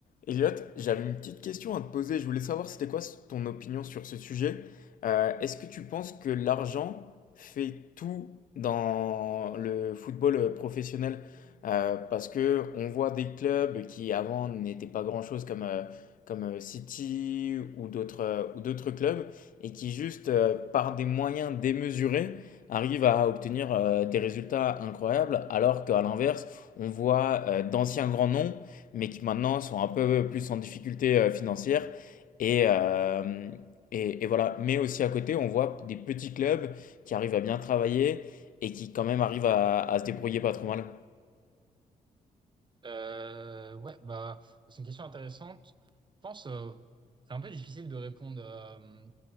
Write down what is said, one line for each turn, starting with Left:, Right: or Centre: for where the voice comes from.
Left: Elliot, j'avais une petite question à te poser. Je voulais savoir c'était quoi ton opinion sur ce sujet. Euh, est-ce que tu penses que l'argent fait tout dans le football euh, professionnel? Euh, parce que on voit des clubs qui avant n'étaient pas grand-chose comme, euh, comme euh, City ou d'autres euh, ou d'autres clubs et qui juste euh, par des moyens démesurés arrivent à obtenir euh, des résultats incroyables alors qu'à l'inverse on voit euh, d'anciens grands noms mais qui maintenant sont un peu plus en difficulté euh, financière. Et, euh, et, et voilà. Mais aussi à côté, on voit des petits clubs qui arrivent à bien travailler et qui quand même arrivent à, à se débrouiller pas trop mal.
Right: Euh, ouais, bah, c'est une question intéressante. Je pense, euh, c'est un peu difficile de répondre, euh,